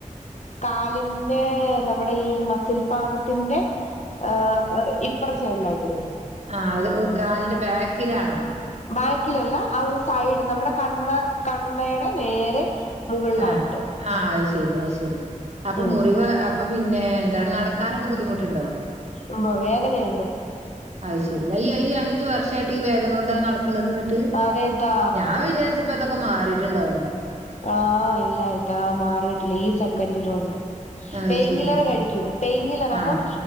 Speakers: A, on the left (about 60°); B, on the right (about 55°).
A: കാലിന്റെ നമ്മുടെ ഈ മസിൽപാകത്തിന്റെ ഏ ഇപ് പ്ര സൈഡിലായിട്ട് വരും
B: ആ അത് കാലിന്റെ ബാക്കിലാണോ?
A: ബാക്കിലല്ല ആ ഒരു സൈഡ് നമ്മുടെ കണ്ണ് കണ്ണയുടെ നേരെ മുകളിലായിട്ട്
B: ആ ആ അയ് ശെ ശരി അയ് ശരി അപ്പൊ
A: ഉം
B: മുറിവ് അപ്പൊ പിന്നെ എന്താണ് നടക്കാനൊക്കെ ബുദ്ധിമുട്ടുണ്ടോ
A: ഉവ്വ് വേദനയുണ്ട്
B: അയ് ശരി ഈ ഈ അഞ്ചു വർഷായിട്ട് ഈ വേദന കൊണ്ട് നട് ക്ക്‌ണത് ഇന്നട്ട്
A: അതേത്താ
B: ഞാൻ വിചാരിച്ച്പ്പതൊക്കെ മാറി ട്ട്ണ്ടാവും
A: ആ ഇല്ല ഇത്താ മാറീട്ടില്ല ഈ സെക്കന്റിലും ഇ
B: അത്
A: പേയിൻ
B: ശരി
A: കില്ലറ്
B: ആ
A: കഴിക്കും പെയിൻ കില്ലറ്
B: ആഹ്
A: അപ്പം